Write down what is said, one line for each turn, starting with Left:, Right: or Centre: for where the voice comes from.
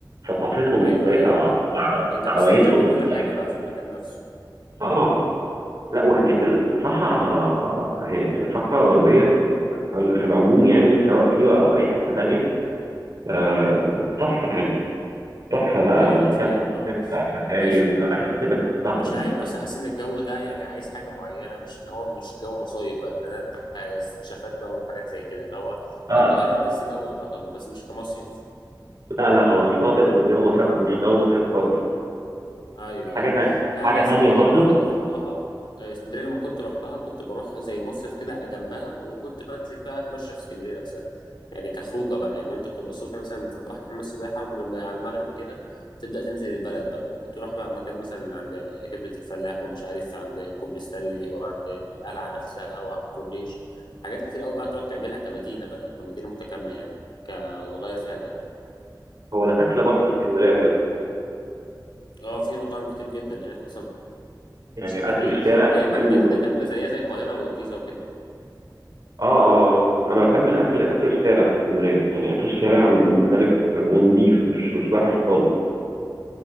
Right: ثقافتهم
Left: ايوه
Right: مختلفة
Left: ايوه
Right: وع-
Left: ما-
Right: وع-
Left: انت
Right: وعوايدهم
Left: بتستمتع بكل
Right: مختلفة
Left: حاجه بقى في المكان نفسه
Right: اه لا وهناك الصحراء هي- الصحراء الغربية فال- في العموم يعني سواء سيوة أو أي حتة تانية آه، تحفة يعني تحفة بقى
Left: ايوه
Right: وتاخد
Left: انا فاهم اه
Right: تطلع سفاري
Left: بس
Right: ولا عايز تبقى في الصحراء
Left: مش
Right: دي.
Left: عارف بس حاسس ان الجو ده يعني عايز حاجه معينه مش اللي هو مش جو مصايف بقى ده ده انت استكشافات بقى وحاجات زي كده اللي هو
Right: اه
Left: يعني بتغير بس جو يعتبر بس مش كمصيف
Right: لا لا هو مش مصيف بس هو مصيف مش هو مصيف خالص
Left: ايوه
Right: حاجة
Left: ايوه
Right: تانية
Left: لا
Right: حاجة
Left: انا
Right: تانية
Left: اسكندريه
Right: برضه
Left: بقول لك رحتها آه، اسكندريه لما كنت رحتها كنت بروح زي مصيف كده جنبها وكنت بنزل بقى اتمشى في اسكندريه نفسها يعني كخروجه بقى يعني انت بتبقى الصبح مثلا في البحر حمام السباحه ولما على المغرب كده تبدا تنزل البلد بقى تروح بقى مكان مثلا عند كبده الفلاح ومش عارف عند كوبري ستانلي وعند القلعه نفسها وعلى الكورنيش حاجات كتير قوي بقى تقعد تعملها كمدينه بقى كمدينه متكامله يعني كتغير فيها جو
Right: هو الأكل برضه في اسكندرية حلو
Left: اه في مطاعم كتير جدا هناك اصلا
Right: يعني
Left: في اسكندريه
Right: أكل الشارع
Left: هي م-
Right: كمان
Left: مدينه كامله زيها زي القاهره والجيزه وكده
Right: اه اه اه انا بحب الاكل اكل الشارع في اسكندريه يعني اكل الشارع مختلف ونضيف مش مش وحش خالص